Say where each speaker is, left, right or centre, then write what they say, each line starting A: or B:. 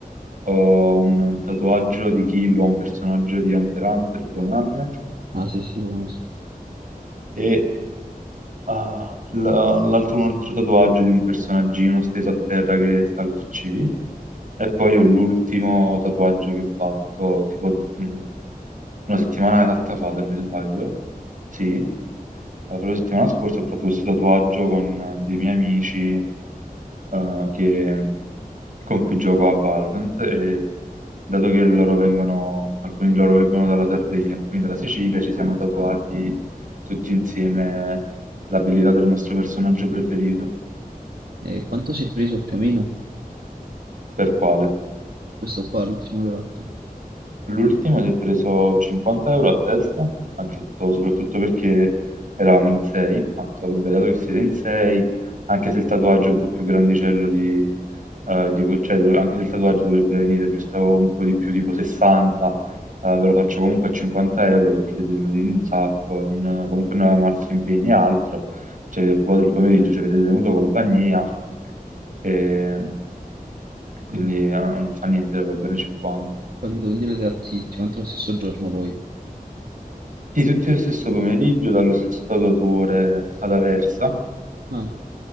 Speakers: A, on the right (about 60°); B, on the right (about 75°).
A: Ho un tatuaggio di Kill, ho un personaggio di Hunter x Hunter, che è un anime,
B: Ah, sì, sì, lo conosco.
A: e Ah, la- l'altro, un altro tatuaggio di un personaggino steso a terra che sta al PC. E poi ho l'ultimo tatuaggio che ho fatto, tipo mh, una settimana esatta fa, se non mi sbaglio. Sì, la propria settimana scorsa ho fatto questo tatuaggio con eh, dei miei amici eh, che- con cui gioco a Valorant. E dato che loro vengono, alcuni di loro vengono dalla Sardegna, alcuni dalla Sicilia, ci siamo tatuati tutti insieme l'abilità del nostro personaggio preferito.
B: E quanto si è preso più o meno?
A: Per quale?
B: Questo qua, l'ultimo che hai fatto.
A: L'ultimo si è preso 50 euro a testa, ha detto soprattutto perché eravamo in 6, ha detto vabbè dato che siete in 6, anche se il tatuaggio è un po' più grandicello di, eh, di que- cioè, dov- anche se il tatuaggio dovrebbe venire giusto un po' di più, tipo 60, eh, ve lo faccio comunque a 50 euro perché siete venuti in un sacco, non- comunque noi avevamo altri impegni e altro, ci avete occupato il pomeriggio, ci avete tenuto compagnia e quindi
B: Mm,
A: eh, non fa niente, va bene 50.
B: Capito? Quindi l'avete fatti tutti quanti lo stesso giorno poi.
A: Sì, tutti lo stesso pomeriggio, dallo stesso tatuatore ad Aversa,
B: No,